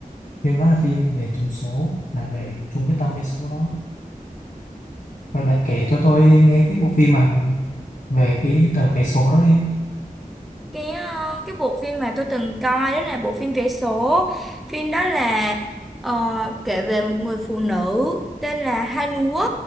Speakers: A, on the left; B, in the centre.
A: phim đó là phim về trùng số là về chung cái tâm về số đó rồi bạn kể cho tôi nghe cái bộ phim mà về cái tờ vé số đó đi
B: cái ờ, cái bộ phim mà tôi từng coi đó là bộ phim vé số phim đó là ờ, kể về một người phụ nữ tên là Hai Núa